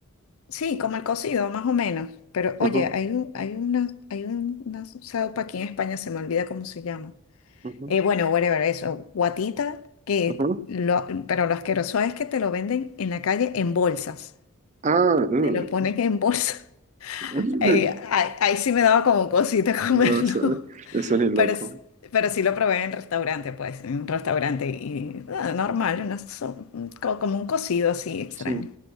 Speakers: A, on the left; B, on the right.
A: sí, como el cocido, más o menos. Pero
B: Ajá,
A: oye, hay un, hay una, hay un- una sopa aquí en España, se me olvida cómo se llama.
B: ajá,
A: Eh, bueno, whatever, eso, guatita, que
B: ajá.
A: lo, pero lo asqueroso es que te lo venden en la calle en bolsas.
B: Ah, ugh.
A: Te lo ponen en bolsa <laughs>
B: <laughs>
A: Eh, ahí, ahí sí me daba como cosita <laughs> comerlo.
B: No, eso, eso ni loco.
A: Pero, s- pero sí lo probé en restaurante, pues, en un restaurante y ah, normal, una so- co- como un cocido así extraño.
B: Sí.